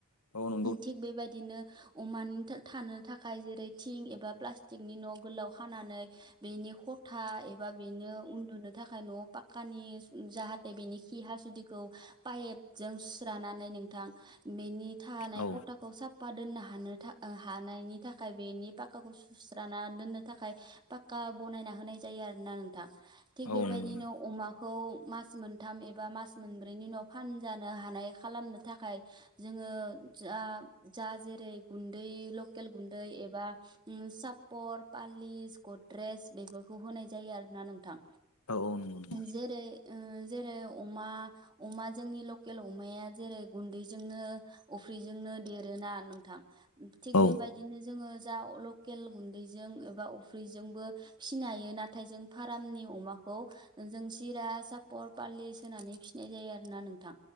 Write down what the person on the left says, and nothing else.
औ न
औ
औ
नंगौ नंगौ
औ औ नंगौ नंगौ।
औ